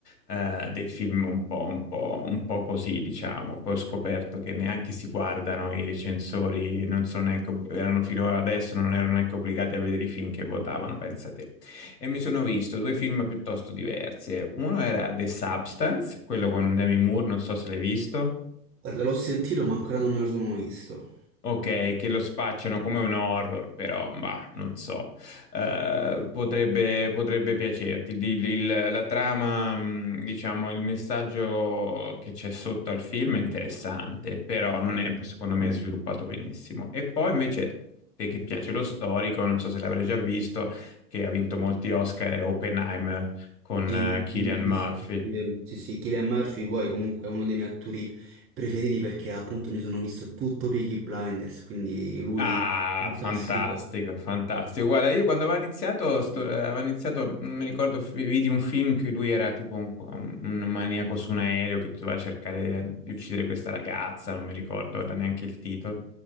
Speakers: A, on the left; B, on the right.
A: eh, dei film un po', un po', un po' così, diciamo. Poi ho scoperto che neanche si guardano i recensori, non sono neanche, ob- erano fino ad adesso non erano neanche obbligati a vedere i film che votavano, pensate e mi sono visto due film piuttosto diversi. Uno era The Substance, quello con Demi Moore, non so se l'hai visto.
B: Guarda, l'ho sentito, ma ancora non me lo sono visto.
A: Ok, che lo spacciano come un horror, però, ma non so, Eh, potrebbe, potrebbe piacerti. Di- il- la trama, mh, diciamo, il messaggio che c'è sotto al film è interessante, però non è, secondo me, sviluppato benissimo. E poi invece, te che piace lo storico, non so se l'avrai già visto, che ha vinto molti Oscar, è Oppenheimer con
B: Sì,
A: eh, Cillian
B: sì,
A: Murphy.
B: sì, sì, sì, sì, ehm, sì, sì, Cillian Murphy poi comunque è uno dei miei attori preferiti perché appunto mi sono visto tutto Peaky Blinders, quindi lui
A: Ah,
B: fantastico.
A: fantastico, fantastico. Guarda, io quando aveva iniziato, sto- eh, aveva iniziato, non mi ricordo, fi- vidi un film che lui era tipo un, un- un maniaco su un aereo che doveva cercare di uccidere questa ragazza, non mi ricordo ora neanche il titolo.